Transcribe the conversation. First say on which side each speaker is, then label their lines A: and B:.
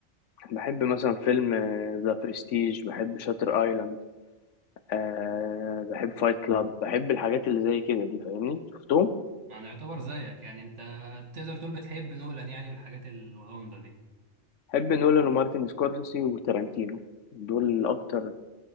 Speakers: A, on the left; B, on the right.
A: بحب مثلا فيلم ذا برستيج بحب شاتر ايلاند أه بحب فايت كلاب بحب الحاجات اللي زي كده دي فاهمني شفتهم
B: يعني يعتبر زيك يعني انت تقدر تقول بتحب نولان يعني والحاجات الغامضة دي
A: بحب نولان ومارتن سكورسيزي وتارانتينو دول اكتر